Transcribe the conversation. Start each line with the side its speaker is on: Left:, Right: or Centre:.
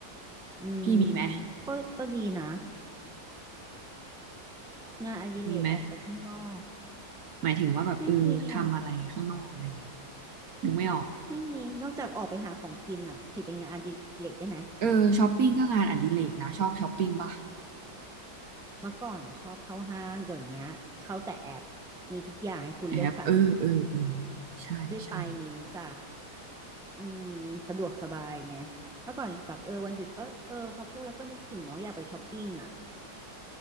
Centre: อืม
Right: พี่มีไหม
Centre: ก็ก็ดีนะงานอดิเรกออกไปข้างนอก
Right: มีไหม หมายถึงว่าแบบเออทำอะไรข้างนอกอะไรเงี้ย
Centre: ไม่มีอ่ะ
Right: นึกไม่ออก
Centre: ไม่มีนอกจากออกไปหาของกินอ่ะถือเป็นงานอดิเรกได้ไหม
Right: เออช้อปปิ้งก็งานอดิเรกนะชอบช้อปปิ้งป่ะ
Centre: เมื่อก่อนอ่ะชอบเข้าห้างเดี๋ยวเนี้ยเข้าแต่แอปมีทุกอย่างให้คุณเลือกสรร
Right: แอบเออเออเออใช่ใช่
Centre: ด้วยปลายนิ้วจ้ะอืมสะดวกสบายไงเมื่อก่อนแบบเออวันหยุดก็เออพอพูดแล้วก็นึกถึงเนาะอยากไปช้อปปิ้งอ่ะ